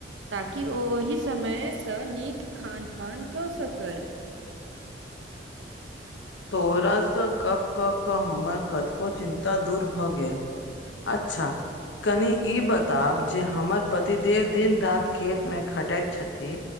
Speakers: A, on the right; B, on the left.
A: ताकि ओहि समयसँ नीक खान पान कऽ सकय
B: तोहरासँ गप कऽ कऽ हमर कतको चिन्ता दूर भऽ गेल अच्छा कनि ई बताब जे हमर पति देव दिन राति खेतमे खटैत छथि।